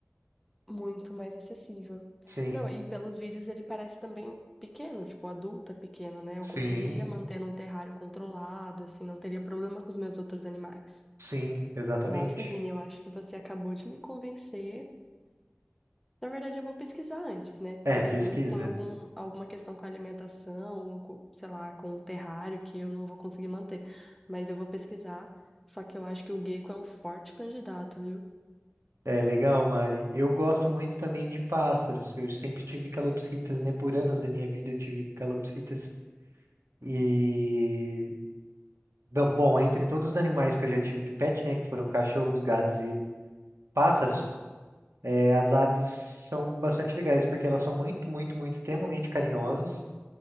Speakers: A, in the centre; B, on the right.
A: Muito mais acessível.
B: Sim,
A: Não, e pelos vídeos ele parece também pequeno, tipo, adulto é pequeno, né? Eu
B: sim,
A: conseguiria manter num terrário controlado, assim, não teria problema com os meus outros animais.
B: sim, exatamente.
A: Nossa, Vini, eu acho que você acabou de me convencer. Na verdade, eu vou pesquisar antes, né?
B: É,
A: Porque
B: pesquisa.
A: às vezes tem algum, alguma questão com a alimentação, com, sei lá, com o terrário que eu não vou conseguir manter. Mas eu vou pesquisar. Só que eu acho que o gecko é um forte candidato, viu?
B: É legal, Mari. Eu gosto muito também de pássaros. Eu sempre tive calopsitas, né? Por anos da minha vida eu tive calopsitas. E. Bom, bom, entre todos os animais que eu já tive de pet, né? Que foram cachorros, gatos e pássaros. É, as aves são bastante legais porque elas são muito, muito, muito extremamente carinhosas